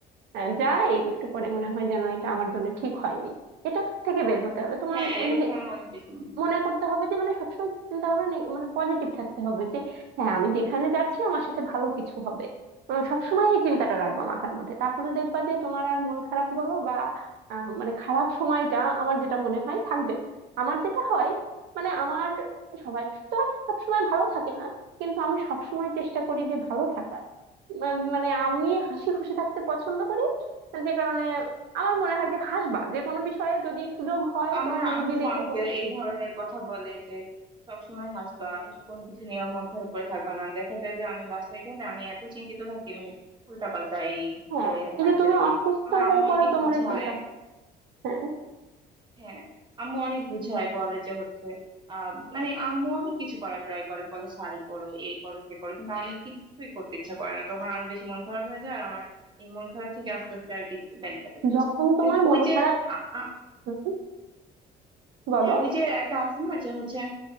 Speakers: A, on the right (about 80°); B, on the right (about 25°).
A: আহ, যাই একটু পরে মনে হয় যেন এটা আমার জন্য ঠিক হয়নি এটা থেকে বের হতে হবে তোমার
B: হ্যাঁ
A: মানে
B: এরকম আমার অনেক বেশি মনে হয়
A: মনে করতে হবে যে মানে সবসময় চিন্তা ভাবনা নেই মানে পজিটিভ থাকতে হবে যে হ্যাঁ আমি যেখানে যাচ্ছি আমার সাথে ভালো কিছু হবে উম, সবসময় এই চিন্তাটা রাখবা মাথার মধ্যে তাহলে দেখবা যে তোমার আর মন খারাপ বলো বা আহ, মানে খারাপ সময়টা আমার যেটা মনে হয় থাকবে না আমার যেটা হয় মানে আমার সবাই তো আর সবসময় ভালো থাকে না কিন্তু আমি সবসময় চেষ্টা করি যে ভালো থাকার উম, মানে আমি হাসি খুশি থাকতে পছন্দ করি যে কারণে আমার মনে হয় যে হাসবা যে কোনো বিষয়ে যদি সুযোগ হয়
B: আমার
A: কোনো মুভি
B: আম্মু
A: দেখে
B: আমাকে
A: বলো
B: এই ধরনের কথা বলে যে সবসময় হাসবা কোনো কিছু নিয়ে মন খারাপ করে থাকবা না দেখা যায় যে আমি বাসায় গেলে আমি এত চিন্তিত থাকি মানে উল্টা পাল্টা এই
A: হ্যাঁ
B: ক্যারিয়ার
A: এই
B: হাবি
A: যে তুমি
B: জাবি নিয়ে
A: অসুস্থ
B: আমার আম্মু
A: হয়ে পড়ো
B: অনেক
A: তোমার
B: বুঝায়
A: এই চিন্তা ভাবনা হ্যাঁ
B: হ্যাঁ আম্মু অনেক বুঝায় বলে যে হচ্ছে আহ
A: হুম।
B: মানে আম্মু অনেক কিছু করার ট্রাই করে বলে শাড়ি পরো এই করো সে করো কিন্তু আমি কিছুই করতে ইচ্ছা করে না তখন আরো বেশি মন খারাপ হয়ে যায় আর আমার এই মন খারাপ থেকে আস্তে আস্তে আর কি ব্যানিক অ্যাটাক হয়েছে
A: যখন তোমার মন
B: ওই যে
A: খারাপ
B: আ- আ-
A: হুম, বলো
B: হ্যাঁ ওই যে একটা আছে না যে হচ্ছে